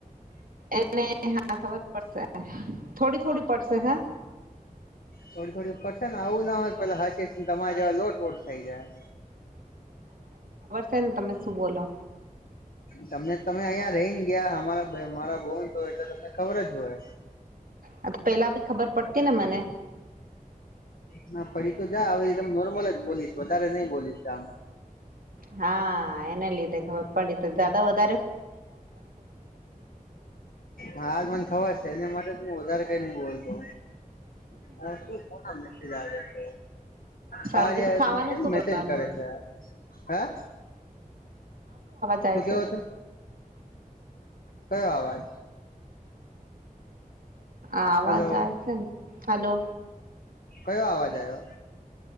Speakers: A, on the right; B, on the left.
A: એને હા ખબર પડશે થોડી થોડી પડશે હે
B: થોડી થોડી પડશે ને આવું ના હોય પેલા હસી ને તમારી જેવા લોટવોટ થઈ જાય.
A: ફેને તમે શું બોલો
B: તમને તમે અહીંયા રહીને ગયા અમારા મારા બોન તો એટલે તમને ખબર જ હોય.
A: આ તો પેલા ભી ખબર પડતી ને મને
B: ના પડી તો જાય હવ ત નોર્મલ જ બોલીશ વધારે નહી બોલીશ આમ
A: હા એને લીધે ખબર પડી જતાં વ
B: હાજ મને ખબર છે એના માટે હું વધારે કઈ નઈ બોલતો અ શું કોના મેસેજ આવે છે.
A: સારું
B: કાર્ય
A: પછી
B: એપને
A: ખાવાનું
B: કેમ
A: શું
B: મેસેજ
A: કરવાનું
B: કરે છે હે
A: સાય
B: શું
A: છે.
B: કેવો કયો અવાજ
A: આવાજાય
B: હલો
A: છે ને હલો
B: કયો અવાજ આવ્યો